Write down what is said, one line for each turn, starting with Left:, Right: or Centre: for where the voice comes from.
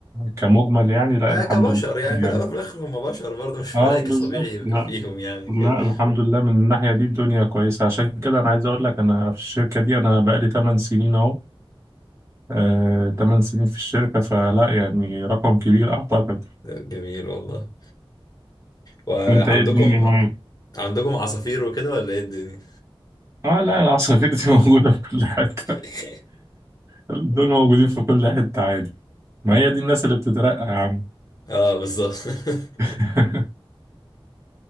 Right: كمجمل يعني لا
Left: آه
Right: الحمد
Left: كبشر
Right: لله
Left: يعني في الاول
Right: يعني.
Left: وفي الاخر هم بشر برضه مش
Right: اه
Left: ملائكه
Right: بالظبط
Left: طبيعي يبقى
Right: لا
Left: فيهم يعني
Right: لا
Left: كده
Right: الحمد لله من الناحية دي الدنيا كويسة عشان كده أنا عايز أقول لك أنا في الشركة دي أنا بقالي 8 سنين أهو آه 8 سنين في الشركة فلا يعني رقم كبير أعتقد
Left: آه، جميل والله وعندكم
Right: أنت إيه الدنيا معاك؟
Left: عندكم عصافير وكده ولا ايه الدنيا
Right: اه لا العصافير دي <laughs> موجودة في كل حتة
Left: <laughs>
Right: دول موجودين في كل حتة عادي ما هي دي الناس اللي بتترقى يا عم
Left: اه بالظبط <laughs>
Right: <laughs>